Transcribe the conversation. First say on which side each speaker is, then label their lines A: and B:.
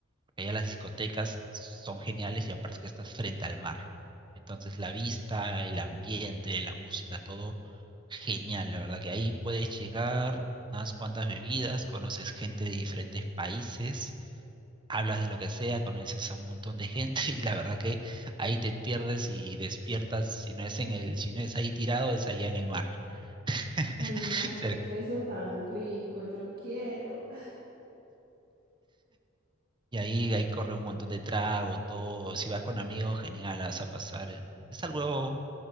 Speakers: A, on the right; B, on the right.
A: porque allá las discotecas son geniales y aparte que estás frente al mar. Entonces, la vista, el ambiente, la música, todo genial. La verdad que ahí puedes llegar unas cuantas bebidas, conoces gente de diferentes países, hablas de lo que sea, conoces a un montón de gente <laughs> y la verdad que ahí te pierdes y despiertas, si no es en el, si no es ahí tirado, es allá en el mar. <laughs>
B: Ay, no,
A: Cerca.
B: ¿qué es eso tan rico? Yo quiero.
A: Y ahí, ahí corre un montón de trago, todo. Si vas con amigos, genial, la vas a pasar. Es algo,